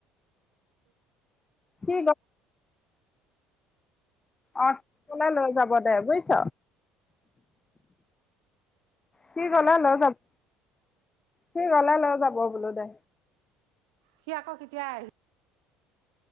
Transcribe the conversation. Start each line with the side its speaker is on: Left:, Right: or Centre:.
Left: কি? অ থাকিলে লৈ যাব দে বুইছ। কি কলে লৈ যাব কি গলে লৈ যাব বোলো দে।
Right: সি আকৌ কেতিয়াই।